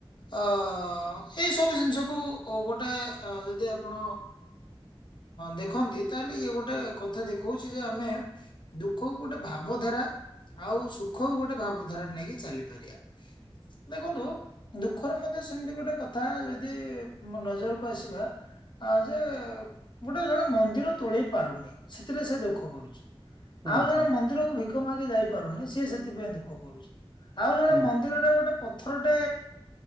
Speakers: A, on the left; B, on the right.
A: ଅ ଏଇସବୁ ଜିନିଷକୁ ଗୋଟେ ଯଦି ଆପଣ ଦେଖନ୍ତି। ତାହେଲେ ଇଏ ଗୋଟେ କଥା ଦେଖଉଛି ଯେ ଆମେ ଦୁଃଖକୁ ଗୋଟେ ଭାବଧାରା ଆଉ ସୁଖକୁ ଗୋଟେ ଭାବଧାରା ନେଇକି ଚାଲିପାରିବା। ଦେଖନ୍ତୁ ଦୁଃଖର ମଧ୍ୟ ସେମିତି ଗୋଟେ କଥା ଯଦି ନଜରକୁ ଆସିବା ଯେ ଗୋଟେ ଜଣେ ମନ୍ଦିର ତୋଳେଇ ପାରୁନି ସେଥିରେ ସେ ଦୁଃଖ କରୁଛି।
B: ହୁଁ।
A: ଆଉ ଜଣେ
B: ହୁଁ
A: ମନ୍ଦିରକୁ ଭିକ ମାଗି ଯାଇ ପାରୁନି। ସିଏ ସେଥିପାଇଁ ଦୁଃଖ କରୁଚି। ଆଉ ଜଣେ
B: ହୁଁ
A: ମନ୍ଦିରରେ ଗୋଟେ ଥରଟେ